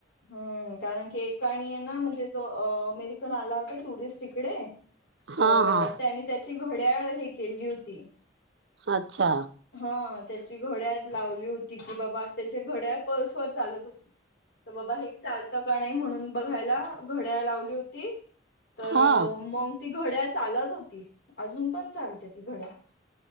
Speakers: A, on the left; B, on the right.
A: हम्म कारण की एकाणे आहे ना म्हणजे, जो अ अमेरिकन आला होता टुरिस्ट इकडे. तर
B: हा हा
A: त्यांनी त्यांची घड्याळ हे केली होती.
B: अच्छा.
A: हा त्यांची घड्याळ लावली होती. की बाबा त्याची घड्याळ प्लसवर चालत होती. तर बाबा हे चालतं का नाही म्हणून बघायला. घड्याळ लावली होती. तर
B: हा
A: मग ती घड्याळ चालतं होती. अजून पण चालते ती घड्याळ.